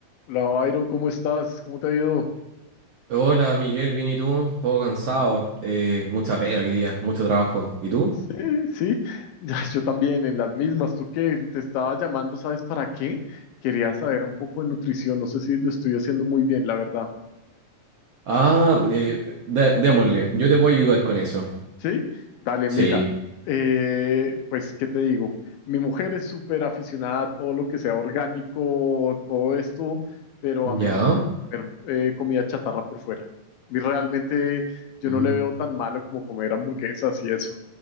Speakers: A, on the left (about 80°); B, on the right (about 70°).
A: Hola, Byron, ¿cómo estás? ¿Cómo te ha ido?
B: Hola Miguel, bien y tú, un poco cansado, eh, mucha pega hoy día, mucho trabajo. ¿Y tú?
A: Sí, sí, <laughs> Ya, yo también, en las mismas. ¿Tú qué? Te estaba llamando, ¿sabes para qué? Quería saber un poco de nutrición, no sé si lo estoy haciendo muy bien, la verdad.
B: Ah, eh, dé- démosle, yo te puedo ayudar con eso.
A: Sí, dale,
B: Sí,
A: mira, eh, pues, ¿qué te digo? Mi mujer es súper aficionada a todo lo que sea orgánico, todo esto, pero a mí
B: ya,
A: me gusta comer eh, comida chatarra por fuera. A mí realmente yo
B: mm,
A: no le veo tan malo como comer hamburguesas y eso.